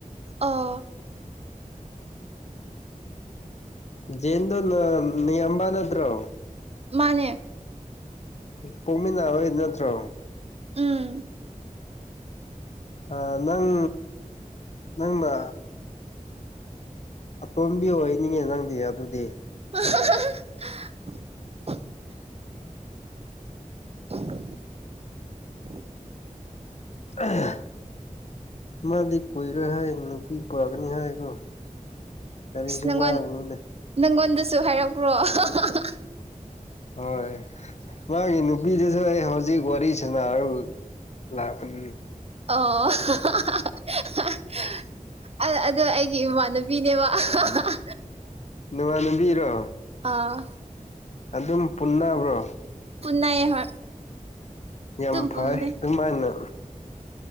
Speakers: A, on the right; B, on the left.
A: ꯑꯣ
B: ꯎ ꯖꯦꯟꯗꯨ ꯅ ꯅꯌꯥꯝꯕ ꯅꯠꯇ꯭ꯔꯣ
A: ꯃꯥꯅꯦ
B: ꯄꯣꯛꯃꯤꯅꯕ ꯅꯠꯇ꯭ꯔꯣ
A: ꯎꯝ
B: ꯑ ꯅꯪ ꯅꯪꯅ ꯑꯇꯣꯝꯕꯤ ꯑꯣꯏꯅꯤꯡꯉꯦ ꯅꯪꯗꯤ ꯑꯗꯨꯗꯤ
A: ꯑꯍꯍꯍ ꯎꯝ
B: ꯑ‌ꯍ ꯃꯥꯗꯤ ꯀꯨꯏꯔꯣꯏ ꯍꯥꯏ ꯅꯨꯄꯤ ꯄꯨꯔꯛꯀꯅꯤ ꯍꯥꯏꯀꯣ ꯀꯔꯤꯁꯨ
A: ꯏꯁ ꯅꯪꯒꯣꯟ
B: ꯋꯥꯒꯅꯨꯅꯦ
A: ꯅꯪꯒꯣꯟꯗꯁꯨ ꯍꯥꯏꯔꯛꯄ꯭ꯔꯣ ꯑꯍꯍꯍꯍ
B: ꯍꯣꯏ ꯃꯥꯒꯤ ꯅꯨꯄꯤꯗꯨꯁꯨ ꯑꯩ ꯍꯧꯖꯤꯛ ꯍꯧꯖꯤꯛ ꯋꯥꯔꯤ ꯁꯥꯟꯅꯔꯒ ꯂꯥꯛꯄꯅꯤꯅꯤ
A: ꯑꯣ ꯑꯍꯍꯍꯍ ꯑꯗꯨ ꯑꯩꯒꯤ ꯏꯃꯥꯟꯅꯕꯤꯅꯦꯕ ꯑꯥꯍꯥꯍꯥꯍꯥ
B: ꯅꯃꯥꯅꯕꯤꯔꯣ
A: ꯑꯥ
B: ꯑꯗꯨꯝ ꯄꯨꯟꯅꯕ꯭ꯔꯣ
A: ꯄꯨꯟꯅꯩ ꯍꯣꯏ
B: ꯌꯥꯝ
A: ꯑꯗꯨꯝ ꯄꯨꯟꯕꯅꯦ
B: ꯐꯩ ꯑꯗꯨꯃꯥꯏꯅ